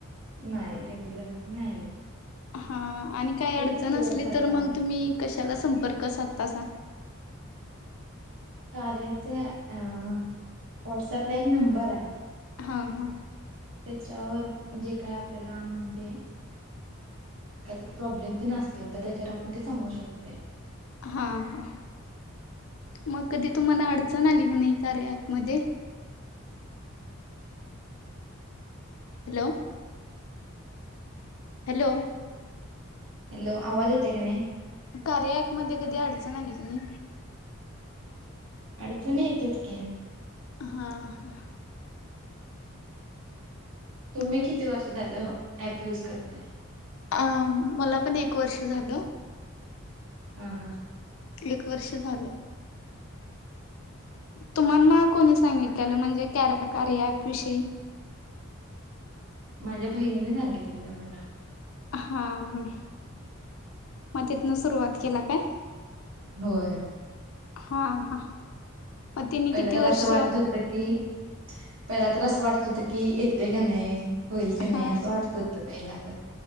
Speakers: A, on the right; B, on the left.
A: नाही रेगुलेर असं नाही.
B: हा आणि काही
A: तुम्ही
B: अडचण
A: किती दिवस
B: असली
A: झालं
B: तर मग तुम्ही कशाला संपर्क साधतासा.
A: कार्याच्या अं व्हॉट्सअपला एक नंबर आहे.
B: हं हं.
A: त्याच्यावर जे काय आपल्याला म्हणजे काहीतरी प्रॉब्लेम तेन आसतील तर त्याच्यावर आपण ते सांगू शकतयं.
B: हा हं. मग कधी तुम्हाला अडचण आली का नाही कार्य अॅपमध्ये? हॅलो हॅलो
A: हॅलो, आवाज येतय का नाई?
B: कार्या ऍपमध्ये कधी अडचण आली क नी
A: अडचणी येतात की,
B: हा हा
A: तुम्ही
B: मग
A: किती वर्ष झालं ऍप युज करताय?
B: अ, मला पण एक वर्ष झालं.
A: हा हा
B: एक वर्ष झालं. तुम्हाना कोणी सांगितलेलं म्हणजे कॅरं कार्या ॲप विषयी?
A: माझ्या बहिणीने सांगितलेलं मना.
B: हा हं, म तीतना सुरुवात केला काय?
A: होय.
B: हा हा, म तिनी
A: पहिला
B: किती
A: तर
B: वर्ष
A: असं वाटत होतं की, पहिला तर असं वाटत होतं की, येते का नाय, होईल का
B: हा
A: नाय, असं वाटत होत तं पहिला तर